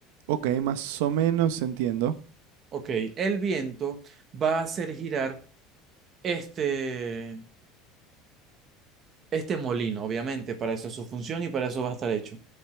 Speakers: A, on the right (about 75°); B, on the right (about 25°).
A: Ok, más o menos entiendo.
B: Ok, el viento va a hacer girar este, este molino, obviamente, para eso es su función y para eso va a estar hecho.